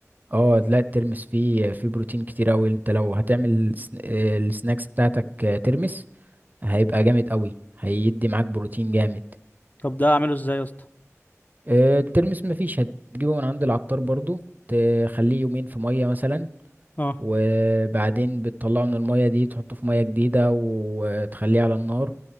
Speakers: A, on the right (about 35°); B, on the left (about 30°).
A: اه لا الترمس فيه فيه بروتين كتير اوي انت لو هتعمل السن- آه، السناكس بتاعتك آه، ترمس هيبقى جامد قوي هيدي معاك بروتين جامد
B: طب ده اعمله ازاي يا اسطى
A: آه، الترمس مفيش هتجيبه من عند العطار برضو تخليه يومين في مية مثلا
B: اه
A: وبعدين بتطلعه من المية دي تحطه في مية جديدة وتخليه على النار